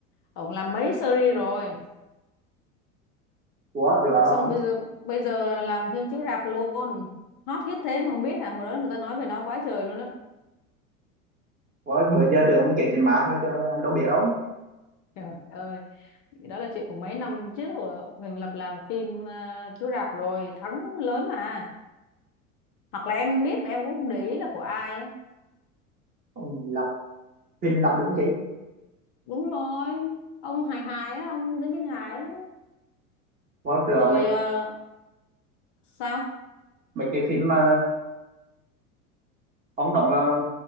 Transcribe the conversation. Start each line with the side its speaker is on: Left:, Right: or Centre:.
Left: Ông làm mấy series rồi,
Right: của rửa là
Left: xong
Right: ông
Left: bây giờ bây giờ làm phim chiếu rạp luôn. Hot hit thế mà không biết à, hồi đó người ta nói về nó quá trời luôn á.
Right: của bữa giờ tưởng ông kể truyện má thôi chứ em đâu biết đâu
Left: Trời ơi, đó là chuyện của mấy năm trước rồi. Huỳnh Lập làm phim uh, chiếu rạp rồi, thắng lớn mà. Hoặc là em biết mà em cũng không để ý là của ai á
Right: ông lập thình lập đúng không chị
Left: đúng rồi ông hài hài á ông diễn viên hải á
Right: Có sửa
Left: rồi
Right: mấy
Left: ờ, sao
Right: mấy cái phim mà ông đóng là